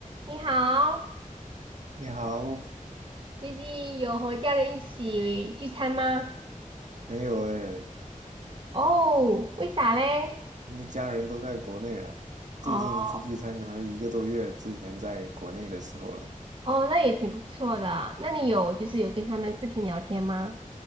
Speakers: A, on the right; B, on the right.
A: 你好，
B: 你好，
A: 最近有和家人一起聚餐吗？
B: 没有哎，
A: 哦，为啥嘞？
B: 因为家人都在国内了。
A: 哦
B: 最近一次聚餐可能一个多月之前在国内的时候了。
A: 哦，那也挺不错的。那你有就是有跟他们视频聊天吗？